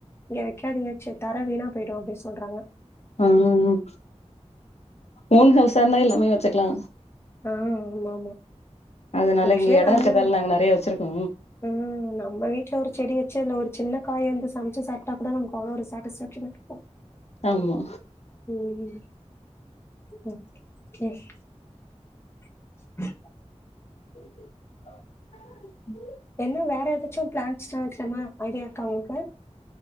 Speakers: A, on the left; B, on the left.
A: இங்க வைக்காதீங்கு சா தர வீணா போயிடு அப்படி சொல்றாங்க
B: உம் ஓன் ஹவுசா இருந்தா இல்லாமே வச்சுக்கலா
A: ஆ ஆமா ஆமா
B: அதனால
A: சுவல
B: இங்க எடோ
A: நம்ம
B: இருக்கறதால நாங்க நெறைய வச்சிருக்கோ
A: ஆ நம்ம வீட்டுல ஒரு செடி வ ச்சு ஒரு சின்ன காய வந்து சமைச்சு சாப்பிட்டா கூட நமக்கு அவ்வளோ ஒரு சாட்டிேக்ஷன இருக்கு
B: ஆமா
A: உம் ம் ம் <inaudible>
B: <inaudible>
A: என்ன வேற ஏதாச்சும் பிளான்ட்ஸ்ல்லா வைக்கிறமாரி ஐடியா இருக்கா உங்களுக்கு